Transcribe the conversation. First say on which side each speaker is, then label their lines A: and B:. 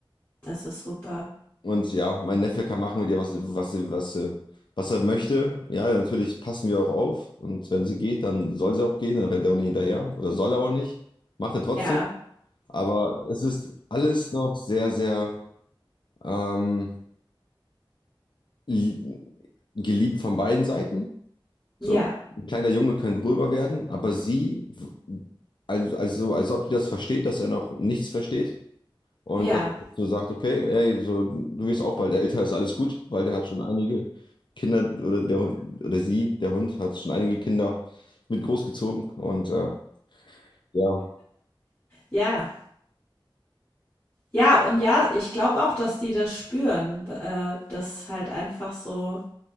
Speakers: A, on the left (about 20°); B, on the left (about 60°).
A: Das ist super.
B: Und ja, mein Neffe kann machen mit ihr, was, was, was, äh, was er möchte. Ja, natürlich passen wir auch auf. Und wenn sie geht, dann soll sie auch gehen. Dann rennt er auch nicht hinterher. Oder soll er auch nicht. Macht er trotzdem.
A: Ja,
B: Aber es ist alles noch sehr, sehr ähm, li- geliebt von beiden Seiten. So.
A: ja,
B: Ein kleiner Junge kann gröber werden, aber sie, w- also, also als ob die das versteht, dass er noch nichts versteht. Und
A: ja,
B: dass man so sagt, okay, ey, so, du wirst auch bald älter, ist alles gut, weil der hat schon einige Kinder oder der Hund oder sie, der Hund, hat schon einige Kinder mit großgezogen und äh, ja,
A: ja. Ja, und ja, ich glaube auch, dass die das spüren, b- äh, dass halt einfach so